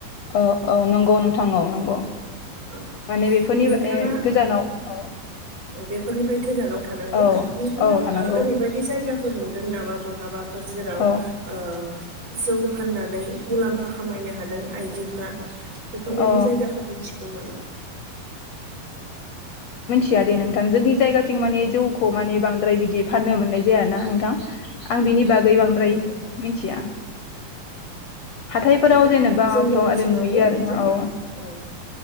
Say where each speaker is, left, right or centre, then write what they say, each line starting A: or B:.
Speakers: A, on the left; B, on the right.
A: अ अ नंगौ नोंथां औ नंगौ।
B: औ
A: माने बेफोरनिबो
B: नोंथाङा
A: ए गोजानाव औ
B: औ बेफोरनिफ्राय गोजानाव थानांगौ
A: औ
B: नोंथाङा।
A: औ थानांगौ
B: ओ रैबायदि जायगाफोर नुदों नामा? बहाबाफोर जेराव ओ
A: औ
B: औ जौ फाननानै मुलाम्फा खामायनो हादों आइजो फ्रा बेफोरबायदि
A: अ
B: जायगाफोर मिथिगौ नामा?
A: गैयादे नोंथां जोंनि जायगाथिं माने जौखौ माने बांद्राय बिदि फाननो मोननाय जाय ना नोंथां आं बिनि बाग गै बांद्राय
B: नोंगौ
A: मिथिया हाथायफोराव
B: नोंथां
A: जेनेबा
B: जोंनि ओनसोलावबो
A: दोन लुयो आरोना
B: बिदि
A: औ
B: औ